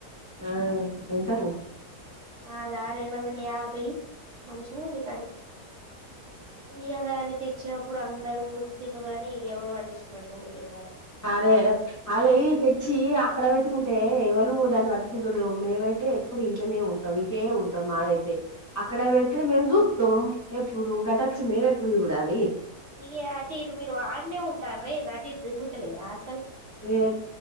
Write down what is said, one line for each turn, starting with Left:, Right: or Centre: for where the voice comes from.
Left: ఆఁ ఎంతకు?
Right: అదా రెండు వందల యాభై మంచిగ ఉంది కాని. ఇగ దానికి తెచ్చె ప్పుడు అందరు ముడిసిండ్రు గాని ఎవడు వాటించుకునెటోడే లేడాయే.
Left: అరే అవి తెచ్చి అక్కడ పెట్టుకుంటే ఎవళు దాన్ని పట్టిచుకుంటులు మేమై తే ఎప్పుడు ఇంట్లనే ఉంటం, ఇటే ఉంటం మావైతే అక్కడ వెడితే మేము జూత్తం ఎప్పుడు గటొచ్చి మేమెప్పుడు చూడాలి.
Right: ఇగ అటు ఇటు మీరు ఆడ్నే ఉంటాండ్రా ఏంది అటు ఇటు తిరుగుతలేరా అసల్
Left: లేదు